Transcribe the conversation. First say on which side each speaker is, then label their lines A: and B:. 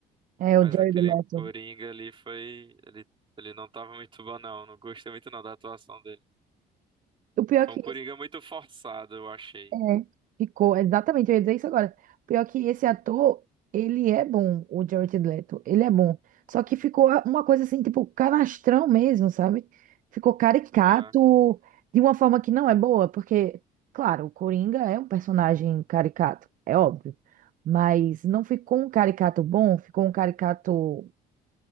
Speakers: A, on the right; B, on the right.
A: É o
B: mas
A: Jared
B: aquele
A: Leto.
B: Coringa ali foi. Ele, ele não tava muito bom, não. Não gostei muito não da atuação dele.
A: O pior
B: Foi
A: é que
B: um Coringa muito forçado, eu achei.
A: É, ficou, exatamente, eu ia dizer isso agora. Pior que esse ator, ele é bom, o Jared Leto, ele é bom. Só que ficou uma coisa assim, tipo, canastrão mesmo, sabe? Ficou caricato
B: Ah,
A: de uma forma que não é boa, porque, claro, o Coringa é um personagem caricato, é óbvio. Mas não ficou um caricato bom, ficou um caricato